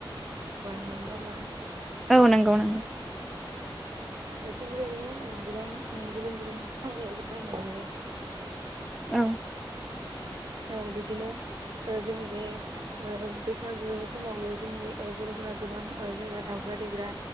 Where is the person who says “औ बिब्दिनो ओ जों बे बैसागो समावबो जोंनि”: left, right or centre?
Right